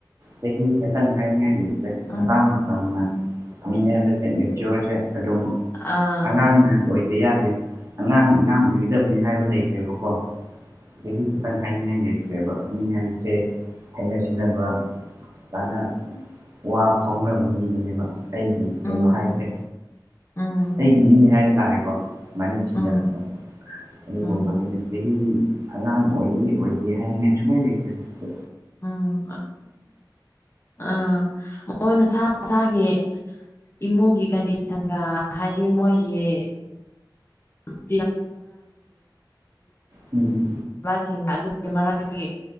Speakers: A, on the right (about 40°); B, on the left (about 35°).
A: ꯆꯥꯍꯤ ꯈꯥꯇꯪ ꯍꯥꯏꯅꯤꯡꯉꯥꯏ ꯂꯩꯇꯔꯦ
B: ꯎꯝ
A: ꯃꯇꯥꯡ ꯃꯇꯥꯡꯅ ꯃꯤ ꯍꯥꯏꯕꯁꯦ ꯃꯦꯆꯤꯌꯣꯔꯁꯦ ꯑꯗꯨꯝ
B: ꯑꯥ
A: ꯑꯉꯥꯡꯅ ꯑꯣꯏꯗ ꯌꯥꯗꯦ ꯑꯉꯥꯡꯅ ꯑꯉꯥꯡ ꯑꯣꯏꯒꯗꯕꯅꯤ ꯍꯥꯏꯕ ꯂꯩꯇ꯭ꯔꯦꯕꯀꯣ ꯆꯍꯤ ꯈꯤꯇꯪ ꯍꯥꯏꯅꯤꯡꯉꯥꯏ ꯂꯩꯇ꯭ꯔꯦꯕ ꯍꯥꯏꯅꯤꯡꯉꯥꯏꯁꯦ ꯍꯥꯏꯩꯅ ꯁꯤꯕ ꯀꯥꯅ ꯋꯥ ꯐꯥꯎꯅꯕ ꯃꯤꯕꯅꯦꯕ ꯑꯩꯒꯤ ꯀꯩꯅꯣ
B: ꯎꯝ
A: ꯍꯥꯏꯁꯦ
B: ꯎꯝ
A: ꯑꯩꯒꯤ ꯃꯤ ꯍꯥꯏꯕ ꯇꯥꯔꯦꯀꯣ ꯑꯗꯨꯃꯥꯏꯅ ꯊꯤꯡꯅꯔꯛꯄ
B: ꯎꯝ
A: ꯑꯗꯨꯒꯨꯝꯕꯗꯨꯅꯤ
B: ꯎꯝ
A: ꯆꯍꯤ ꯑꯉꯥꯡ ꯑꯣꯏꯌꯦ ꯑꯣꯏꯒꯦ ꯍꯥꯏꯅꯤꯡꯉꯥꯏ ꯁꯨꯃꯥꯏꯅ ꯂꯩꯇꯦ ꯍꯧꯖꯤꯛꯇꯤ
B: ꯎꯝ ꯑꯥ ꯃꯣꯏ ꯃꯁꯥ ꯃꯁꯥꯒꯤ ꯏꯃꯨꯡꯒꯤ ꯀꯟꯗꯤꯁꯟꯒ ꯍꯥꯏꯗꯤ ꯃꯣꯏꯒꯤ <unintelligible>
A: ꯎꯝ
B: ꯁꯤꯡ ꯑꯗꯨꯒꯤ ꯃꯔꯛꯇꯒꯤ